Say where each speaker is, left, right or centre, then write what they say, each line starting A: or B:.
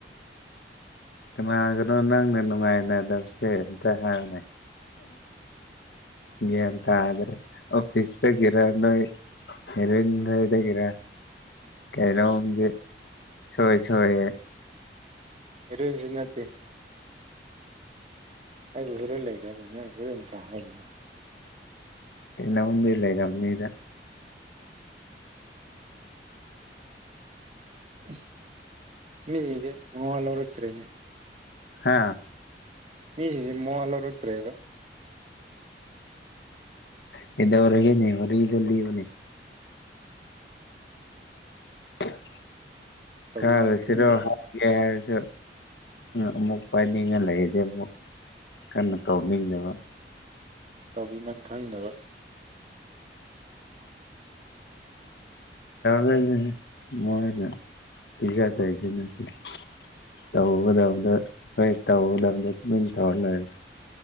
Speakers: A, on the left; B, on the right.
A: ꯀꯅꯒꯅꯣ ꯅꯪꯅ ꯅꯨꯡꯉꯥꯏꯅꯗꯕꯁꯦ ꯑꯝꯇ ꯍꯥꯏꯌꯨꯅꯦ ꯒꯤꯌꯟ ꯇꯗꯔꯦ ꯑꫭꯐꯤꯁ ꯇꯒꯤꯔ ꯅꫭꯏ ꯍꯔꯟ ꯍꯗꯒꯦꯔꯥ ꯀꯩꯩꯅꫭꯝꯗꯤ ꯁꯣꯏ ꯁꯣꯏ
B: ꯏꯔꯣꯏꯁꯤ ꯅꯠꯇꯦ ꯑꯩꯕꯨ ꯍꯤꯔꯣꯏꯟ ꯂꯩꯕꯔꯅꯦ ꯍꯤꯔꯣꯏꯟ ꯑ ꯍꯥꯏꯅ
A: ꯀꯩꯅꫭꯝꯗꯤ ꯂꯩꯔꯝꯅꯤꯗ
B: ꯏꯁ ꯃꯤꯒꯖꯩ ꯃꯥꯋꯥ ꯂꯧꯔꯛꯇꯔꯦꯅꯦ
A: ꯍꯥꯥ
B: ꯃꯤꯖꯤꯡꯖꯦ ꯃꯥꯋꯥ ꯂꯧꯔꯛꯇ꯭ꯔꯦꯕ
A: ꯀꯩꯗꫭꯏꯔꯒꯦꯅꯦ ꯋꯥꯔꯤꯗꫭ ꯂꯤꯌꯨꯅꯦ <unintelligible>
B: ꯇꯧꯕꯤꯃꯟ
A: ꯀꯔ ꯁꯤꯔꫭ
B: ꯈꯪꯗ
A: ꯍꯥꯎ ꯍꯥꯏ ꯁꯨ ꯑꯃꯨꯛ ꯄꯥꯏꯅꯤꯡꯉ ꯂꯩꯔꯗꯤ ꯑꯃꯨꯛ ꯀꯟꯅ ꯇꯧꯅꯤꯡꯗꯕ
B: ꯇꯧꯕꯤꯃꯟ ꯈꯪꯗꯕ
A: ꯂꯩ ꯃꯣꯏꯅ ꯄꯤꯖꯗꯣꯏꯁꯤ ꯅꯠꯇꯦ ꯇꯧꯒꯗꯕꯗ ꯑꯩꯈꯣꯏ ꯇꯧꯒꯗꯕꯗ ꯇꯨꯃꯤꯟ ꯇꯧꯔ ꯂꯩꯔꯦ